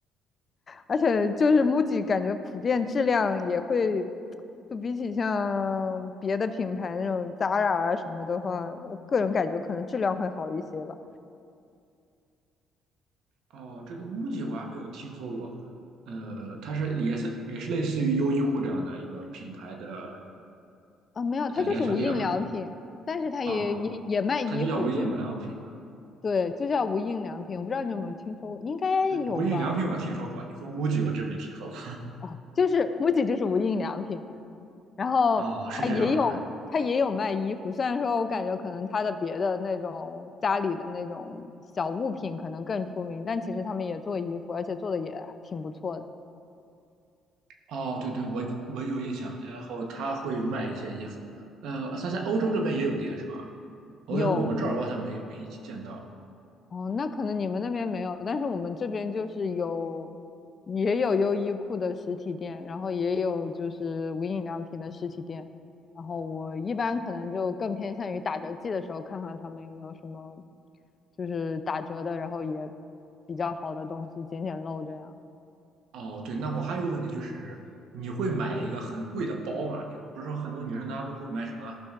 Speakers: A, on the left; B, on the right.
A: 而且就是 MUJI 感觉普遍质量也会，就比起像别的品牌那种 Zara 啊什么的话，我个人感觉可能质量会好一些吧。
B: 哦，这个 MUJI 我还没有听说过，呃，它是也是也是类似于优衣库这样的一个品牌的
A: 啊，没有，
B: 的连锁店嘛？
A: 它就是无印良品，但是它也也也卖衣服，
B: 啊，它就叫无印良品嘛？
A: 就是对，就叫无印良品。我不知道你有没有听说过，应该有吧？
B: 对，无印良品我听说过，你说 MUJI 我真没听说过。
A: 哦，就是 MUJI 就是无印良品，然后他也有他也有卖衣服，
B: 哦，是这样吗？
A: 虽然说我感觉可能他的别的那种家里的那种小物品可能更出名，但其实他们也做衣服，而且做的也挺不错的。
B: 哦，对对，我我有印象。然后他会卖一些衣服，呃，他在欧洲这边也有店是吧？
A: 这个
B: 我感觉我们这儿我好像没没见到。
A: 有哦，那可能你们那边没有，但是我们这边就是有，也有优衣库的实体店，然后也有就是无印良品的实体店，然后我一般可能就更偏向于打折季的时候看看他们有没有什么就是打折的，然后也比较好的东西，捡捡漏这样。
B: 哦，对，那我还有个问题就是，你会买一个很贵的包吗？就是不是说很多女生她都会买什么，